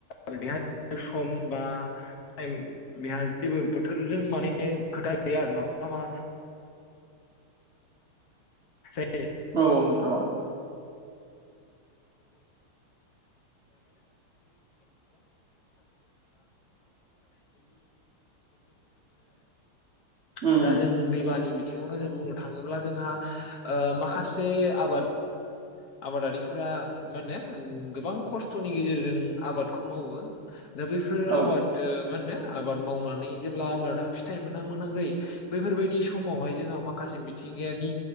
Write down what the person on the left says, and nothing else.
सम बा टाइम बेहा जेबो बोथोरजों माने खोथा गैया आरोना। <unintelligible> <unintelligible> <unintelligible> <unintelligible>
दा जों दै बानिनि बिथिङावनो जों बुंनो थाङोब्ला जोंहा ओ माखासे आबाद आबादारिफोरा मा होनो गोबां खस्थ'नि गेजेरजों आबादखौ मावो। दा बेफोर
आबाद मा होनो आबाद मावनानै जेब्ला आबादा फिथाइ मोनहां मोनहां जायो बैफोरबायदि समावहाय जोंहा माखासे मिथिं गानि